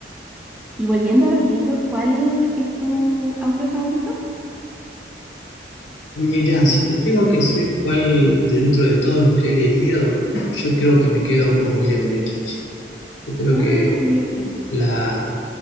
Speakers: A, in the centre; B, on the left.
A: Y volviendo a los libros, ¿cuál es tu autor favorito?
B: Mira, si te tengo que decir cuál dentro de todos los que he leído, yo creo que me quedo con William Dietrich. Yo creo
A: Ah,
B: que
A: Dietrich.
B: la,